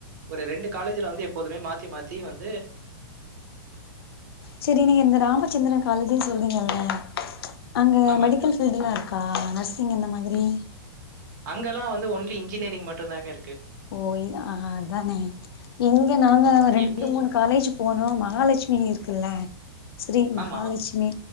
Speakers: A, on the right; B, on the left.
A: ஒரு ரெண்டு காலேஜ்ல வந்து எப்போதுமே மாத்தி மாத்தி வந்
B: செரி நீங்க இந்த ராமச்சந்திர காலேஜு சொன் னீங்கல்ல அங்க
A: ஆமாங்க.
B: மெடிக்கல் ஃபீல்டுல்லா இரு க்கா நர்சிங் அந்த மாதிரி
A: அங்கல்லா வந்து ஓன்லி இன்ஜினியரிங் மட்டுந்தாங்க இருக்கு
B: ஓ இ அ அதானே இங்க நாங்க ரெண்டு
A: எம்.ஏ
B: மூணு காலேஜ் போனோ மகாலட்சுமி இரு க்கல்ல ஸ்ரீ மஹாலட்சுமி
A: ஆமா.